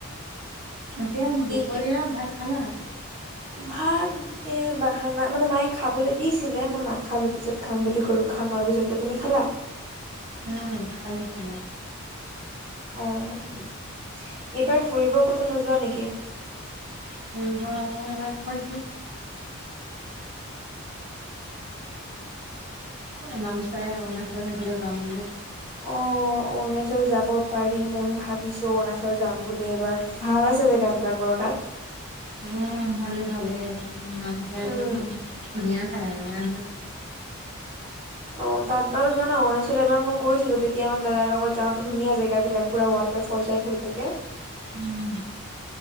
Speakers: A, on the right; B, on the right.
A: এতিয়া দুপৰীয়া
B: কি
A: ভাত খালা
B: ভাত এ বাহানা মানে মায়ে খাবলৈ দিছিলে মই নাখালো পিছত খাম বুলি ক'লো খামা তাৰ পিছতকে তুমি খালা
A: উম খালো খালো
B: অ এইবাৰ ফুৰিব ক'তো নোযোৱা নেকি
A: <inaudible> অ ভাবি আছো নামচাই অৰুণাচল সেইফালে যাম বুলি
B: অ অৰুণাচল যাব পাৰি মইয়ো ভাবিছো অৰুণাচল যাম বুলি এইবাৰ ভাল আ জেগাবিলাক বাৰু তাত
A: উ ভালে ভালে নামচাইটোো
B: উম
A: ধুনীয়া অ
B: অ তাত বাৰু যোৱা ন অৰুণাচল এবাৰ মই গৈছিলো তেতিয়া মানে দাদাৰ লগত যাওঁতে ধুনীয়া জেগাব বিিলাক পুৰা ৱাটাৰফল টাইপ হৈ থাকে
A: উম